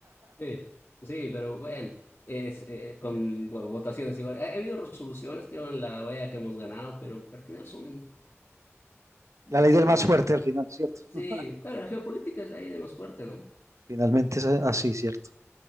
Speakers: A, on the left; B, on the right.
A: Sí, sí, pero bueno, es, eh, con bueno, votaciones igual. Ha, ha habido resoluciones que en la OEA que hemos ganado, pero al final son,
B: La ley
A: son,
B: del más fuerte al final, ¿cierto?
A: sí, claro, la geopolítica es la idea más fuerte, ¿no?
B: Finalmente es a- así, ¿cierto?